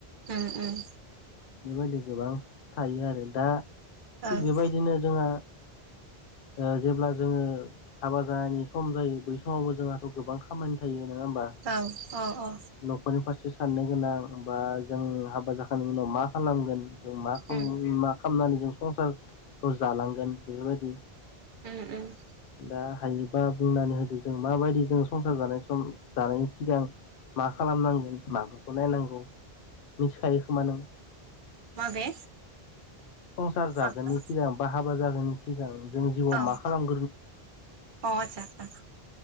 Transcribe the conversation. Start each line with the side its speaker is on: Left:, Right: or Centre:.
Right: उम उम।
Left: बेबायदि गोबां थायो आर।ो दा
Right: उम
Left: थिग बेबायदिनो जोंहा ओ जेब्ला जोङो हाबा जानायनि सम जायो बै समावबो जोंहाथ' गोबां खामानि थायो। नोङा होमबा?
Right: औ औ
Left: नख'रनि फारसे साननो गोनां बा जों हाबा जाखांनायनि उनाव मा खालामगोन जों मा
Right: उम
Left: मा खालामनानै जों संसारखौ जालांगोन बेफोरबायदि।
Right: उम उम
Left: दा हायोबा बुंनानै होदो जों माबायदि जों संसार जानाय सम जानायनि सिगां मा खालामनांगोन माबाफोरखौ नायनांगौ मिथिखायो खोमा नों?
Right: माबे
Left: संसार जागोननि
Right: माखौ
Left: सिगां बा हा बा जागोननि सिगां जों जिउआव
Right: अ
Left: मा खालाम
Right: अ जता